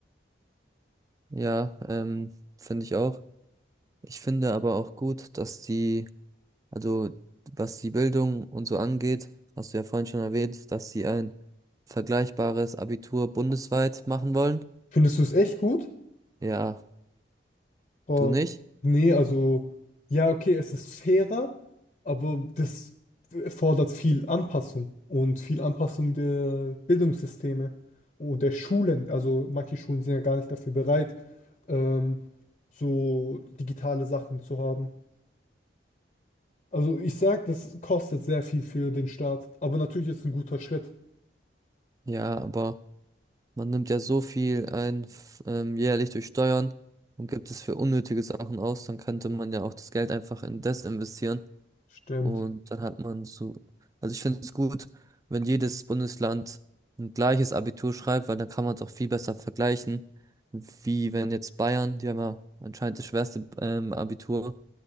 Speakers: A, on the right; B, on the left.
A: ja, ähm, finde ich auch. Ich finde aber auch gut, dass die, also was die Bildung und so angeht, hast du ja vorhin schon erwähnt, dass sie ein vergleichbares Abitur bundesweit machen wollen.
B: Findest du es echt gut?
A: Ja,
B: Oh,
A: du nicht?
B: nee, also, ja, okay, es ist fairer, aber das erfordert viel Anpassung und viel Anpassung der Bildungssysteme und der Schulen. Also, manche Schulen sind ja gar nicht dafür bereit, ähm, so digitale Sachen zu haben. Also, ich sag, das kostet sehr viel für den Staat, aber natürlich ist es ein guter Schritt.
A: Ja, aber Man nimmt ja so viel ein f- ähm, jährlich durch Steuern und gibt es für unnötige Sachen aus, dann könnte man ja auch das Geld einfach in das investieren
B: Stimmt.
A: und dann hat man so, also ich finde es gut, wenn jedes Bundesland ein gleiches Abitur schreibt, weil dann kann man es auch viel besser vergleichen, wie wenn jetzt Bayern, die haben ja anscheinend das schwerste ähm, Abitur,